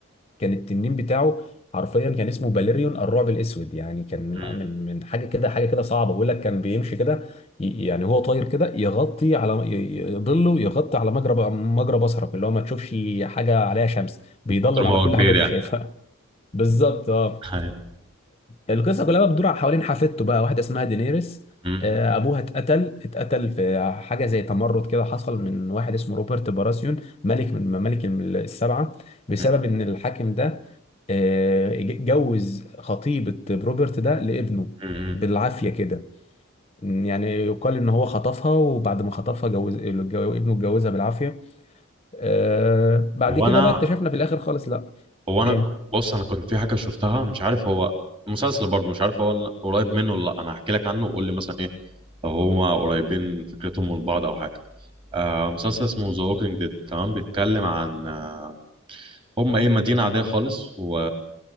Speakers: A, on the left; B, on the right.
A: كان التنين بتاعه حرفيا كان اسمه باليريون الرعب الاسود يعني كان من
B: مم.
A: آه، من من حاجه كده حاجه كده صعبه بقول لك كان بيمشي كده ي- يعني هو طاير كده يغطي على ي- ي- ظله يغطي على مجرى ب- مجرى بصرك اللي هو ما تشوفش حاجه عليها شمس بيضلل
B: من كتر ما
A: على
B: هو
A: كل
B: كبير
A: حاجه انت
B: يعني
A: شايفها <laughs> بالظبط اه
B: أيوة.
A: القصه كلها بقى بتدور حوالين حفيدته بقى واحده اسمها دينيريس
B: مم.
A: آه، ابوها اتقتل اتقتل في حاجه زي تمرد كده حصل من واحد اسمه روبرت باراسيون ملك من ممالك السبعه بسبب
B: مم.
A: ان الحاكم ده آه، جوز خطيبه روبرت ده لابنه
B: مم.
A: بالعافيه كده يعني يقال ان هو خطفها وبعد ما خطفها جوز ابنه اتجوزها بالعافيه آه، بعد
B: هو
A: كده
B: انا
A: بقى اكتشفنا في الاخر خالص لا
B: هو انا
A: ايه
B: بص انا كنت في حاجه شفتها مش عارف هو مسلسل برضه مش عارف هو قريب منه ولا لا انا هحكي لك عنه وقول لي مثلا ايه لو هما قريبين فكرتهم من بعض او حاجه آه مسلسل اسمه ذا ووكينج ديد تمام بيتكلم عن آه هم ايه مدينة عادية خالص و